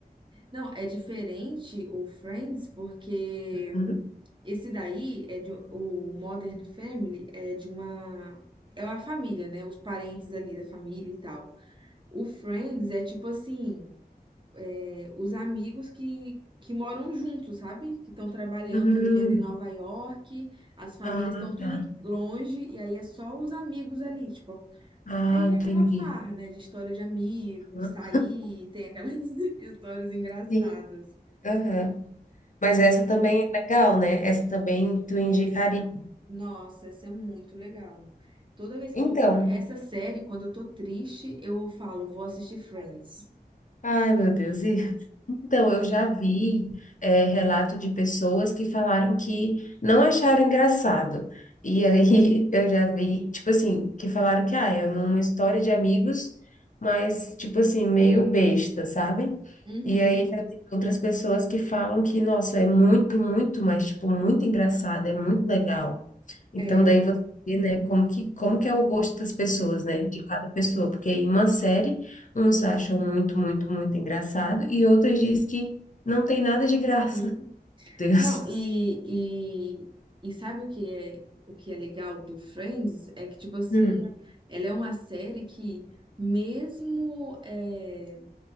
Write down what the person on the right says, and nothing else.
Não, é diferente o Friends, porque
Esse daí é de um, o Modern Family é de uma é uma família, né? Os parentes ali da família e tal. O Friends é tipo assim, é, os amigos que que moram juntos, sabe? Que estão trabalhando,
vivendo em Nova York, as famílias
estão tudo
em- longe e aí é só os amigos ali, tipo.
Aí tem
aquela farra, né? De história de amigos,
sair, tem aquelas <laughs> histórias engraçadas.
Essa, nossa, essa é muito legal. Toda vez que
eu, essa série, quando eu tô triste, eu falo, vou assistir Friends.
Uhum,
é.
Uhum.
Não, e, e, e sabe o que é, o que é legal do Friends? É que, tipo assim,
ela é uma série que, mesmo, é,